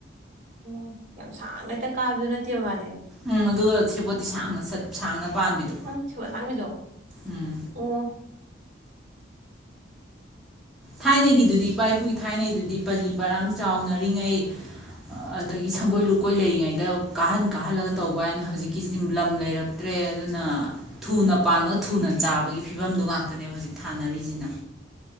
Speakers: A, on the right; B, in the centre.
A: ꯑꯣ ꯌꯥꯝ ꯁꯥꯡꯅ ꯍꯦꯛꯇ ꯀꯥꯕꯤꯗꯨ ꯅꯠꯇꯦꯕ ꯃꯥꯗꯤ
B: ꯎꯝ ꯑꯗꯨꯒ ꯁꯦꯄꯣꯠꯇꯤ ꯁꯥꯡꯅ ꯆꯠ ꯁꯥꯡꯅ ꯄꯥꯝꯕꯤꯗꯣ
A: ꯑꯣ ꯁꯦꯕꯣꯠ ꯑꯁꯥꯡꯕꯤꯗꯣ
B: ꯎꯝ꯫
A: ꯑꯣ
B: ꯊꯥꯏꯅꯒꯤꯗꯨꯗꯤ ꯏꯄꯥ ꯏꯄꯨꯒꯤ ꯊꯥꯏꯅꯒꯤꯗꯨꯗꯤ ꯄꯂꯤ ꯄꯔꯥꯡ ꯆꯥꯎꯅꯔꯤꯉꯩ ꯑꯗꯒꯤ ꯁꯪꯒꯣꯏ ꯂꯨꯀꯣꯏ ꯂꯩꯔꯤꯉꯩꯗ ꯀꯥꯍꯟ ꯀꯥꯍꯜꯂꯒ ꯇꯧꯕ ꯋꯅꯤ ꯍꯧꯖꯤꯛꯀꯤꯁꯤꯗꯤ ꯂꯝ ꯂꯩꯔꯛꯇ꯭ꯔꯦ ꯑꯗꯨꯅ ꯊꯨꯅ ꯄꯥꯟꯕꯒ ꯊꯨꯅ ꯆꯥꯕꯒꯤ ꯐꯤꯕꯝꯗꯨ ꯉꯥꯛꯇꯅꯦꯕ ꯍꯧꯖꯤꯛ ꯊꯥꯅꯔꯤꯁꯤꯅ꯫